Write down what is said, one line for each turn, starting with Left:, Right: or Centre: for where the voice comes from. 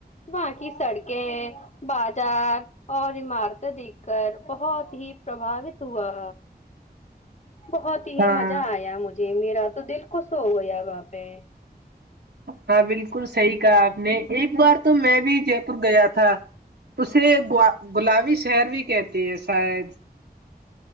Left: باقی سڑکیں بازار اور عمارتیں دیکھ کر بہت ہی پرباوت ہوا بت ہی
Right: ہاں
Left: مزہ آیا مجھے میرا تو دل خوش ہو گیا وہاں پہ
Right: ہاں بالکل صحی ا آپ نے ایک بار تو میں بھی جے پور گیا تھا تھا اسے گلابی شہر بھی کہتے ہے شاید